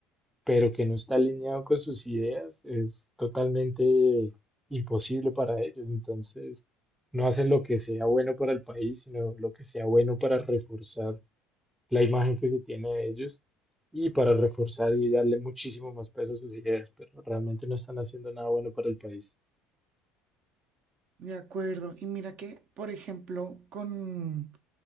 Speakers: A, in the centre; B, on the right (about 45°).
A: pero que no está alineado con sus ideas, es totalmente imposible para ellos. Entonces, no hacen lo que sea bueno para el país, sino lo que sea bueno para reforzar la imagen que se tiene de ellos y para reforzar y darle muchísimo más peso a sus ideas, pero realmente no están haciendo nada bueno para el país.
B: De acuerdo. Y mira que, por ejemplo, con